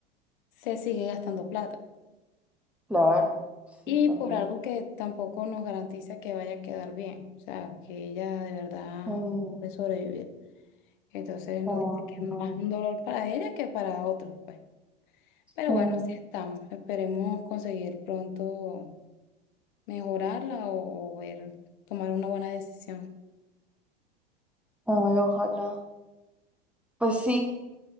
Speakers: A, on the left; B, in the centre.
A: se sigue gastando plata.
B: Claro, sí,
A: Y
B: también.
A: por algo que tampoco nos garantiza que vaya a quedar bien, o sea, que ella de verdad
B: Mm.
A: puede sobrevivir. Entonces nos
B: Oh,
A: dice que es
B: no.
A: más un dolor para ella que para otros, pues. Pero
B: Mm,
A: bueno, así estamos. Esperemos conseguir pronto. mejorarla o, o ver, tomar una buena decisión.
B: Ay, ojalá. Pues sí.